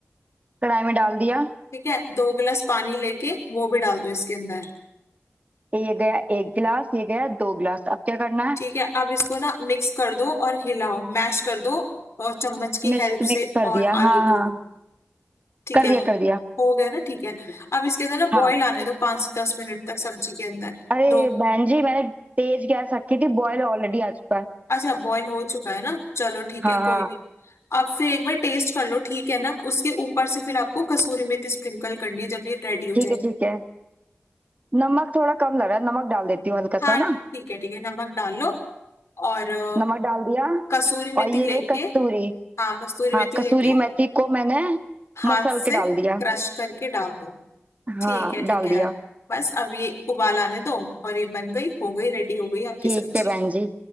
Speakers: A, on the right; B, on the left.
A: कढ़ाई में डाल दिया
B: ठीक है दो गिलास पानी लेके वो भी डाल दो इसके अंदर
A: ये गया एक गिलास ये गया दो गिलास अब क्या करना है
B: ठीक है अब इसको ना मिक्स कर दो और हिलाओ मैश कर दो और चम्मच की
A: मिक्स
B: हेल्प
A: मिक्स
B: से
A: कर
B: और
A: दिया
B: आलू
A: हाँ हाँ
B: को ठीक
A: कर
B: है
A: दिया कर दिया
B: हो गया ना ठीक है अब इसके अंदर ना बॉईल
A: हाँ
B: आने दो पांच से दस मिनट तक सब्जी के अंदर
A: अरे
B: दो
A: बहन जी मैंने तेज गैस रखी थी बॉयल ऑलरेडी आ चुका है
B: अच्छा बॉईल हो चुका है ना चलो ठीक
A: हाँ
B: है
A: हाँ
B: कोई नहीं आप फिर एक बार टेस्ट कर लो ठीक है ना उसके ऊपर से फिर आपको कसूरी मेथी स्प्रिंकल करनी है जब ये रेडी हो
A: ठीक
B: जाएगी
A: है ठीक है नमक थोड़ा कम लग रहा है नमक डाल देती हूँ हल्का
B: हाँ
A: सा ना
B: ठीक है ठीक है नमक डाल लो और अ,
A: नमक डाल दिया
B: कसूरी मेथी
A: और ये रही
B: लेके
A: कस्तूरी
B: हाँ कसूरी
A: हाँ
B: मेथी
A: कसूरी
B: लेके
A: मेथी को मैंने
B: हाथ
A: मसल
B: से
A: के डाल दिया
B: क्रश करके डाल दो ठीक
A: हाँ
B: है ठीक
A: डाल
B: है
A: दिया
B: बस अब ये उबाल आने दो और ये बन गई हो गई रेडी हो गई आपकी
A: ठीक
B: सब्जी
A: है बहन जी